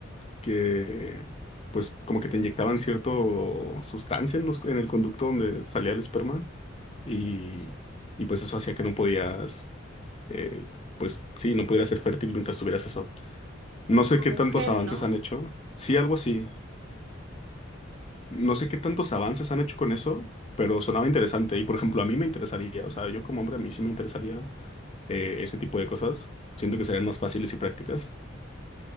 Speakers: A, on the left (about 30°); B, on the right (about 85°).
A: que pues como que te inyectaban cierto sustancia en los, en el conducto donde salía el esperma y, y pues eso hacía que no podías, eh, pues sí, no pudieras ser fértil mientras tuvieras eso. No sé
B: Como
A: qué tantos
B: un gel,
A: avances
B: ¿no?
A: han hecho. Sí, algo así. No sé qué tantos avances han hecho con eso, pero sonaba interesante. Y por ejemplo, a mí me interesaría, o sea, yo como hombre a mí sí me interesaría eh, ese tipo de cosas. Siento que serían más fáciles y prácticas,